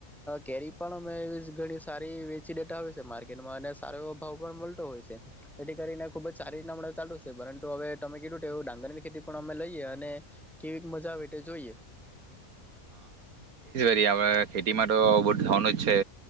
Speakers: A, in the centre; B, on the right.
A: કેરી પણ અમે એવી ઘણી સારી વેચી દેતા હોય છે માર્કેટમાં અને સારો એવો ભાવ પણ મળતો હોય છે, તેથી કરીને ખુબજ સારી રીતના ચાલતું છે, પરંતુ હવે તમે કીધું એવું ડાંગરની ખેતી પણ અમે લઈએ અને કેવી મજા આવે તે જોઈએ.
B: આવે ખેતીમાં તો આવું બધું થવાનું જ છે.